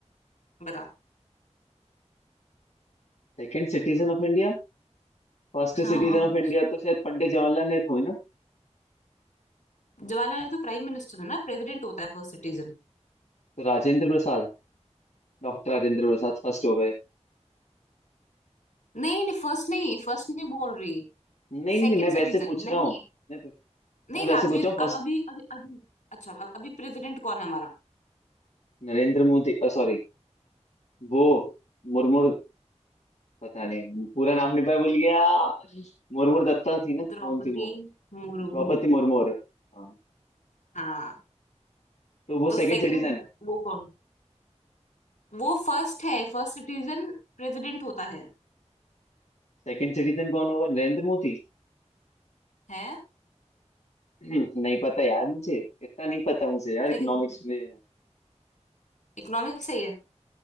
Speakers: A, on the left (about 85°); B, on the left (about 65°).
A: बताओ
B: Second citizen of India First
A: हाँ
B: citizen of India तो शायद पंडित जवाहरलाल नेहरू हुए ना
A: <laughs> जवाहरलाल नेहरू तो प्राइम मिनिस्टर है ना प्रेसिडेंट होता है फर्स्ट सिटीजन
B: तो राजेंद्र प्रसाद डॉक्टर राजेंद्र प्रसाद फर्स्ट हो गए
A: नहीं नहीं नहीं फर्स्ट नहीं फर्स्ट नहीं बोल रही
B: नहीं
A: Second
B: नहीं मैं
A: citizen
B: वैसे पूछ रहा
A: नहीं
B: हूँ नहीं,
A: नहीं
B: मैं वैसे
A: राजवीर
B: पूछ रहा हूँ
A: अब
B: फर्स्ट
A: अभी अभी अभी अच्छा अब- अभी प्रेसिडेंट कौन है हमारा
B: नरेंद्र मोदी सॉरी वो मुर्मू पता नहीं पूरा नाम नहीं पता भूल गया मुर्मू दत्ता थी ना
A: द्रौपदी
B: कौन थी वो
A: मुर्मू
B: द्रौपदी मुर्मू और- हाँ
A: हाँ
B: तो वो
A: तो
B: सेकंड
A: सेकंड
B: सिटीजन है
A: वो कौन वो फर्स्ट है फर्स्ट सिटीजन प्रेसिडेंट होता है
B: सेकंड सिटीजन कौन होगा नरेंद्र मोदी
A: है
B: <clears throat> नहीं पता यार मुझे इतना नहीं पता मुझे यार
A: सेकंड
B: इकोनॉमिक्स में है ना।
A: इकोनॉमिक्स सही है